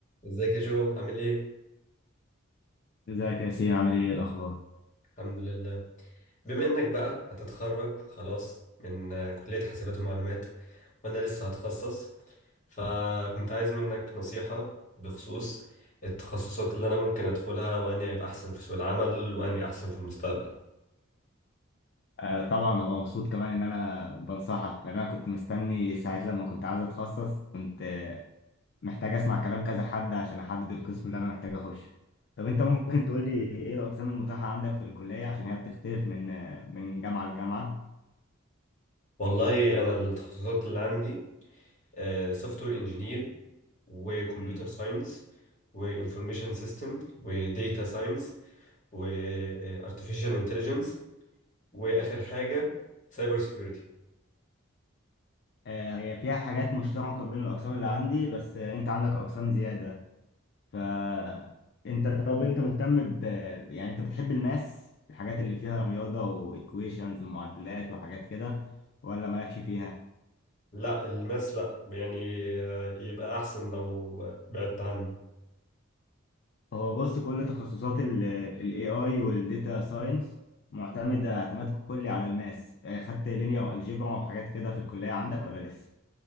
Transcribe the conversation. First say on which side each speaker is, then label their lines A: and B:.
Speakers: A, on the left; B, on the left.
A: ازيك يا جو عامل ايه؟
B: ازيك يا ياسين عامل ايه الاخبار
A: الحمد لله بما انك بقى هتتخرج خلاص من آه، كلية حاسبات ومعلومات وانا لسه هتخصص فكنت عايز منك نصيحة بخصوص التخصصات اللي انا ممكن ادخلها واني هيبقى احسن في سوق العمل واني احسن في المستقبل
B: آه طبعا ابقى مبسوط كمان ان انا بنصحك لان انا كنت مستني ساعات لما كنت عايز اتخصص كنت آه، محتاج اسمع كلام كذا حد عشان احدد القسم اللي انا محتاج اخش طب انت ممكن تقول لي ايه الاقسام المتاحه عندك في الكليه عشان هي بتختلف من آه، من جامعه لجامعه
A: والله انا التخصصات اللي عندي سوفت وير انجينير وكمبيوتر
B: امم
A: ساينس وانفورميشن سيستم وديتا ساينس وارتفيشال انتليجنس واخر حاجة سايبر سيكيورتي
B: آه هي فيها حاجات مشتركه بين الاقسام اللي عندي بس آه، انت عندك اقسام زياده فانت طب انت مهتم ب يعني انت بتحب الماس الحاجات اللي فيها رياضه وايكويشنز ومعادلات وحاجات كده ولا مالكش فيها
A: لا الماس لا يعني آه، يبقى احسن لو آه، بعدت عنه
B: هو بص كل تخصصات الاي اي والديتا ساينس معتمده اعتماد كلي على الماس آه، خدت لينير الجبرا وحاجات كده في الكليه عندك ولا لسه